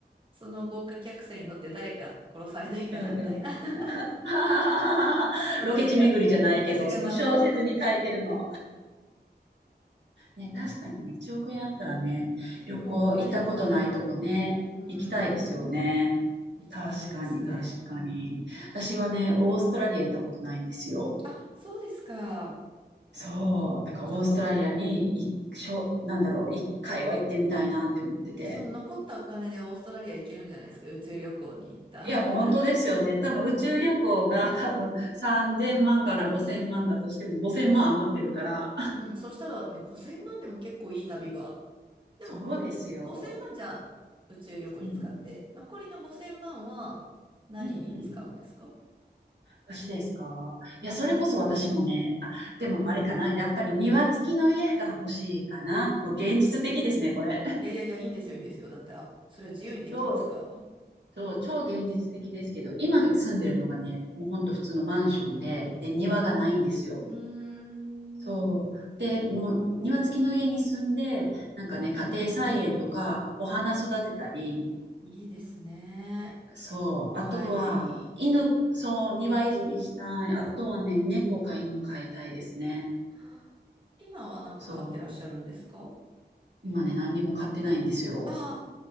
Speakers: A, on the right; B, on the right.
A: その豪華客船に乗って誰か殺されないかなみたいな。
B: うんうん。
A: <laughs>
B: <laughs>
A: 私が、
B: ロケ地巡りじゃないけど、
A: 私が謎を解くみたいな。
B: その小説に書いてるの。ね、確かにね、1億円あったらね、
A: 結構回りたい。
B: 旅行行ったことないとこね、
A: うん。
B: 行きたいですよね。
A: 行きたいですね。
B: 確かに、確かに。私はね、オーストラリア行ったことないんですよ。
A: あ、そうですか。
B: そう、だからオーストラリアに一しょ、
A: じゃあ、
B: なんだろう、一回は行ってみたいなって思ってて。
A: で、その残ったお金でオーストラリア行けるんじゃないですか。宇宙旅行に行った。
B: いや、
A: <laughs>
B: 本当ですよね。多分宇宙旅行が <laughs> 多分3000万から5000万だとしても5000万余ってるから。
A: うん、そしたらね、5000万でも結構いい旅が。でも、
B: そうですよ。
A: 5000万じゃあ宇宙旅行に使って、
B: うん
A: 残りの5000万は何に使うんですか
B: うん。うんうん。私ですか。
A: はい。
B: いや、それこそ私もね、あ、でもあれかな。やっぱり庭付きの家が欲しいかな。もう現実的ですね、
A: うーん。
B: これ。
A: いやいやいや、いいんですよ、いいんですよ。だって、あ、それは自由にできますから。
B: 超そう、超現実的ですけど、今住んでるのがね、もうほんと普通のマンションで、
A: うん
B: で、庭がないんですよ。
A: うん。うーん。
B: そう。で、もう庭付きの家に住んで、なんかね、家庭菜園とか、お花育てたり、
A: あ、いいですね。
B: そう。
A: 庭いじり。
B: あとは、犬、そう、庭いじりしたい。あとはね、猫か犬飼いたいですね。
A: あー今はなんか買ってらっしゃるんですか
B: そう。今ね、何にも飼ってないんですよ。
A: ああー、